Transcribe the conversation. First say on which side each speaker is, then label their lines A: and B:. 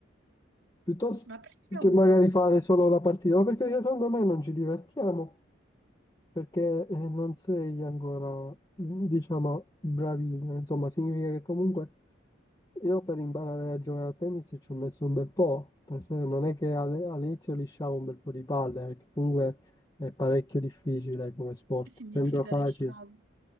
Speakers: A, on the left (about 20°); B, on the right (about 85°).
A: Piuttosto
B: Ma perché
A: che
B: un
A: magari
B: corso?
A: fare solo la partita, ma perché secondo me non ci divertiamo perché eh, non sei ancora, diciamo, bravino. Insomma, significa che comunque io per imparare a giocare a tennis ci ho messo un bel po', perché non è che alle- all'inizio lisciavo un bel po' di palle, perché comunque è parecchio difficile come sport,
B: Che significa
A: sembra facile,
B: lisciago?